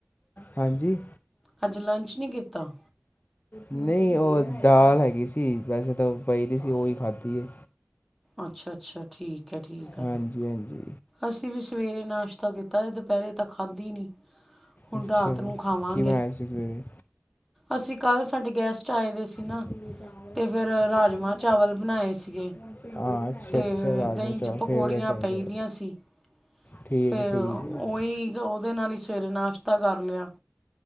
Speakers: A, on the left; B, in the centre.
A: ਹਾਂਜੀ।
B: ਅੱਜ ਲੰਚ ਨਹੀਂ ਕੀਤਾ
A: ਨਹੀਂ ਉਹ ਦਾਲ ਹੈਗੀ ਸੀ। ਵੈਸੇ ਤਾਂ ਪਈ ਦੀ ਸੀ, ਉਹੀ ਖਾਧੀ ਹੈ।
B: ਅੱਛਾ ਅੱਛਾ ਠੀਕ ਹੈ ਠੀਕ ਹੈ
A: ਹਾਂਜੀ-ਹਾਂਜੀ।
B: ਅਸੀਂ ਵੀ ਸਵੇਰੇ ਨਾਸ਼ਤਾ ਕੀਤਾ ਹੈ, ਦੁਪਹਿਰੇ ਤਾਂ ਖਾਧੀ ਨਹੀਂ। ਹੁਣ
A: ਅੱਛਾ
B: ਰਾਤ ਨੂੰ ਖਾਵਾਂਗੇ।
A: ਕੀ ਬਣਾਇਆ ਸੀ ਸਵੇਰੇ
B: ਅਸੀਂ ਕੱਲ੍ਹ ਸਾਡੇ ਗੈਸਟ ਆਏ ਦੇ ਸੀ ਨਾ।
A: ਸੀਰੇ ਦਾਲ ਹੋਈ
B: ਤੇ ਫਿਰ,
A: ਸੀ
B: ਰਾਜਮਾਂ
A: ਰੋਟੀ ਬਣਾਈ
B: ਚਾਵਲ
A: ਹੈ
B: ਬਣਾਏ ਸੀਗੇ।
A: ਹੁਣ ਪਿੰਡ ਹਾਂ ਅੱਛਾ
B: ਤੇ
A: ਅੱਛਾ ਰਾਜਮਾ
B: ਦਹੀਂ
A: ਚਾਵਲ
B: ਚ, ਪਕੌੜੀਆਂ
A: ਫੇਵਰੇਟ ਹੈ
B: ਪਈ
A: ਮੇਰੇ
B: ਦੀਆਂ ਸੀ। ਪੀ
A: ਠੀਕ
B: ਫੇਰ
A: ਠੀਕ
B: ਉਹੀ,
A: ਹੈ
B: ਉਹਦੇ ਨਾਲ ਹੀ ਸਵੇਰੇ ਨਾਸ਼ਤਾ ਕਰ ਲਿਆ।